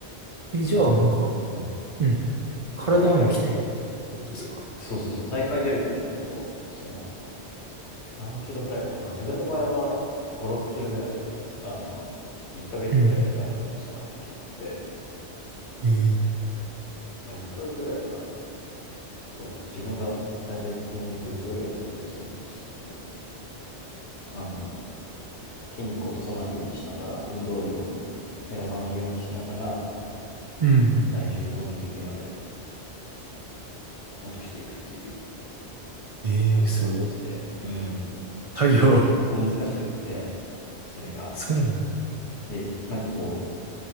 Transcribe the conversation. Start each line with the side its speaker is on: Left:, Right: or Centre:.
Right: う。え、じゃあなんか、
Left: あと、うん。
Right: うん。
Left: そう、
Right: 体も鍛えたってことですか
Left: 大会、うそうそうそう、大会出るってなると、その、何キロぐらいかな。自分の場合は5、6キロぐらい、あの、1ヶ月ぐらいで体重を落とさないといけないので、
Right: うん。えー
Left: まあ1ヶ月ぐらいってのは、そうだね。自分が大体みんな1ヶ月ぐらいで体重最後落とすんだけど、あの、筋肉を落とさないようにしながら、運動量も減らさないようにしながら、
Right: うん。
Left: 体重をギリギリまで落としていくっていう
Right: えー、
Left: 作業があって、
Right: すごい。
Left: うん。
Right: 作業。
Left: あの、結構難しくって、それが。
Right: そうなん
Left: で、なんかこう、